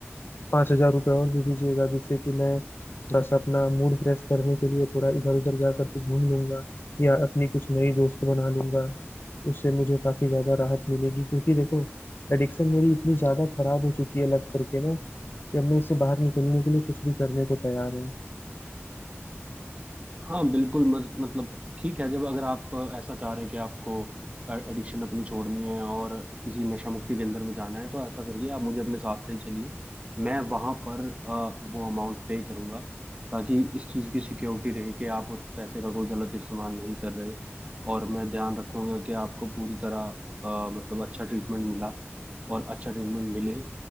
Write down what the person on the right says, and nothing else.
हाँ बिल्कुल मत, मतलब ठीक है जब अगर आप अ, ऐसा चाह रहे हैं कि आपको एडिक्शन अपनी छोड़नी है और किसी नशा मुक्ति केंद्र में जाना है तो ऐसा करिए आप मुझे अपने साथ ले चलिए मैं वहाँ पर अ, वो अमाउंट पे करूँगा ताकि इस चीज़ की सिक्योरिटी रहे कि आप उस पैसे का कोई गलत इस्तेमाल नहीं कर रहे और मैं ध्यान रखूँगा कि आपको पूरी तरह अ, मतलब अच्छा ट्रीटमेंट मिला और अच्छा ट्रीटमेंट मिले